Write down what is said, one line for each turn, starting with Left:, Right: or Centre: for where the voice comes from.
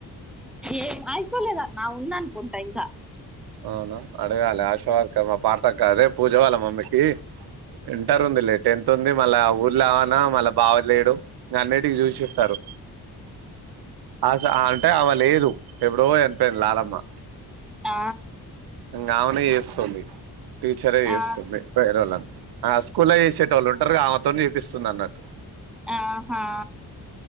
Centre: ఏం అయిపోలేదా అన్న ఉందనుకుంటా ఇంకా
Right: అవున అడగాలి అశోక్ మా పార్త కాదే పూజ వాళ్ళ మమ్మీకి ఇంటర్ ఉంది లే టెన్త్ ఉంది మళ్ళా ఊర్లు అవనా మళ్ళా బావలేడు ఇంగ అన్నిటికి చూసిస్తారు అస అంటే అమ లేదు ఎప్పుడో చనిపోయింది లాలమ్మ
Centre: ఆ
Right: ఇంగ ఆమెనే చేస్తుంది టీచరే చేస్తుంది
Centre: ఆ
Right: పేరోళ్ళని ఆ స్కూలే చేసేటోళ్ళు ఉంటారు ఆమెతో చేపిస్తుంది అన్నట్టు
Centre: ఆహా